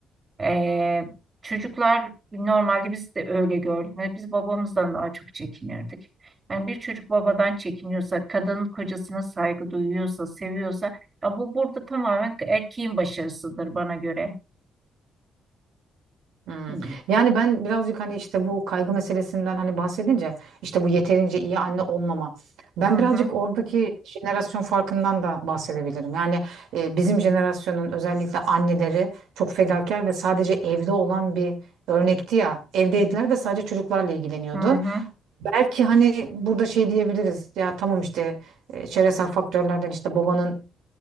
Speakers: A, on the right; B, on the right.
A: Ee, çocuklar normalde biz de öyle gördük. Yani Biz babamızdan daha çok çekinirdik. Yani bir çocuk babadan çekiniyorsa, kadının kocasına saygı duyuyorsa, seviyorsa, ya bu burada tamamen erkeğin başarısıdır bana göre.
B: Hmm.
A: Hı
B: Yani ben birazcık hani işte bu kaygı meselesinden hani bahsedince işte bu yeterince iyi anne olmama. Ben
A: hı,
B: birazcık oradaki jenerasyon farkından da bahsedebilirim. Yani e, bizim jenerasyonun özellikle anneleri çok fedakar ve sadece evde olan bir örnekti ya. Evdeydiler ve sadece çocuklarla ilgileniyordu.
A: hı hı,
B: Belki hani burada şey diyebiliriz ya tamam işte e, çevresel faktörlerden işte babanın